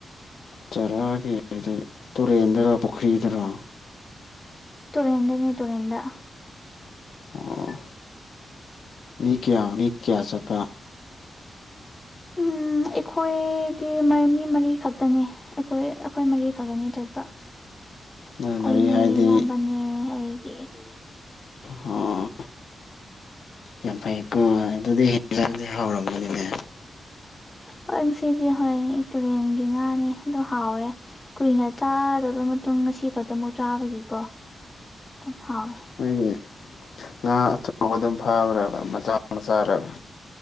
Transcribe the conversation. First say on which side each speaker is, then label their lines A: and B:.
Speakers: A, on the left; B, on the left.
A: ꯆꯥꯔꯛꯑꯒꯦ ꯇꯨꯔꯦꯟꯗꯔꯣ ꯄꯨꯈ꯭ꯔꯤꯗꯔꯣ
B: ꯇꯨꯔꯦꯟꯗꯅꯤ ꯇꯨꯔꯦꯟꯗ
A: ꯑꯣ ꯃꯤ ꯀꯌꯥ ꯃꯤ ꯀꯌꯥ ꯆꯠꯄ
B: ꯎꯝ ꯑꯩꯈꯣꯏꯗꯤ ꯃꯤ ꯃꯔꯤ ꯈꯛꯇꯅꯤ ꯑꯩꯈꯣꯏ ꯑꯩꯈꯣꯏ ꯃꯔꯤ ꯈꯛꯇꯅꯤ ꯆꯠꯄ
A: ꯅꯣꯏ ꯃꯔꯤ
B: ꯑꯩꯅꯦ
A: ꯍꯥꯏꯗꯤ
B: ꯏꯌꯥꯝꯕꯅꯦ ꯑꯩ ꯑꯣ
A: ꯑꯣ ꯌꯥꯝ ꯐꯩꯀꯣ ꯑꯗꯨꯗꯤ ꯍꯥꯎꯔꯝꯒꯅꯤꯅꯦ
B: ꯍꯣꯏ ꯉꯁꯤꯗꯤ ꯍꯣꯏꯅꯦ ꯇꯨꯔꯦꯟꯒꯤ ꯉꯥꯅꯤ ꯑꯗꯣ ꯍꯥꯎꯋꯦ ꯀꯨꯏꯅ ꯆꯥꯗꯕ ꯃꯇꯨꯡ ꯉꯁꯤ ꯈꯛꯇ ꯑꯃꯨꯛ ꯆꯥꯕꯒꯤꯀꯣ ꯑꯗꯨꯝ ꯍꯥꯎꯋꯦ
A: ꯅꯣꯏꯒꯤ ꯉꯥ ꯑꯆꯧꯕ ꯑꯗꯨꯝ ꯐꯥꯕꯔꯕ ꯃꯆꯥ ꯃꯆꯥꯔꯕ